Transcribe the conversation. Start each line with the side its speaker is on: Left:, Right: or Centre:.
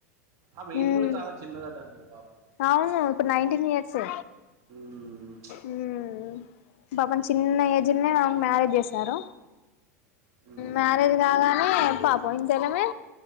Right: ఆమె ఏజ్
Left: ఉమ్
Right: కూడా చాలా చిన్నది అంటాడండి పాపం
Left: అవును ఇప్పుడ్ నైన్టీన్ ఇయర్సె
Right: హ్మ్
Left: ఉమ్మ్ పాపం చిన్న ఏజ్నే ఆమెక్ మ్యారేజ్ చేసారు
Right: హ్మ్
Left: మ్యారేజ్ కాగానే పాపం ఇంతలనే